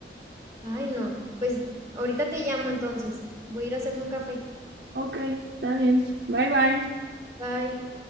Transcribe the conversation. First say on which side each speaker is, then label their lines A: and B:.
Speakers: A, on the right; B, on the right.
A: Ay, no, pues ahorita te llamo entonces. Voy a ir a hacerme un café.
B: Ok, está bien. Bye bye.
A: Bye.